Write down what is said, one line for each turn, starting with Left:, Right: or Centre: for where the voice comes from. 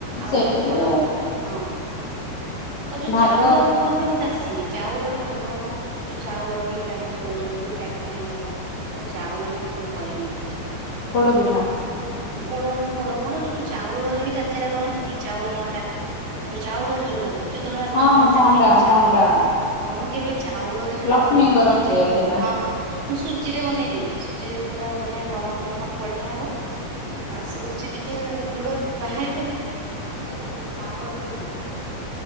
Right: ଆଉ
Left: ସେଇଟା
Right: ଏମତି
Left: ବି
Right: ବଡ ବଡ ହଁ। ଆଉ ଯୋଉ
Left: ଭାଗ
Right: ଚାଉଳରେ କରନ୍ତି ମତେ ଆସିନି। ଚାଉଳରେ ଭାଗ ମାପ ଯୋଉ ଚାଉଳ ବିଣ୍ଡା ହେଇଯିବ ଯୋଉ ଗେଟା ଗେଟା ହେଇଯିବ। ମୁଁ ଚାଉଳରେ କେବେ କରିନି ପିଠା।
Left: ପୋଡପିଠା।
Right: ଉଁ ପୋଡ ପୋଡ କଣ ଯୋଉ ଚାଉଳରେ ବି କାକେରା କରନ୍ତିନି ଚାଉଳ ମଣ୍ଡା। ଯୋଉଳରେ ଯୋଉଟା। ହୁଏ ଯୋଉ ଧଳା ଧଳା
Left: ହଁ
Right: ମଣ୍ଡା
Left: ହଁ
Right: ହୁଏନି ଚାଉଳ
Left: ମଣ୍ଡା
Right: ହଁ ମୁଁ କେବେ ଚାଉଳରେ ସେଟା
Left: ଲକ୍ଷ୍ମୀଙ୍କର
Right: ବନେଇନି ମୁଁ ସୁଜିରେ
Left: ପ୍ରିୟ ସେଇଟା
Right: ହଁ ହଁ ମୁଁ ସୁଜିରେ ବନେଇଦେବି ସୁଜିରେ ପୁରା ବଢିଆ ନରମ ନରମ ବଢିଆ ହବ। ଆଉ ସେ ପଛେ ଟିକେ ଗୁଡ ବାହାରି ପଡୁ କିନ୍ତୁ ଚାଉଳର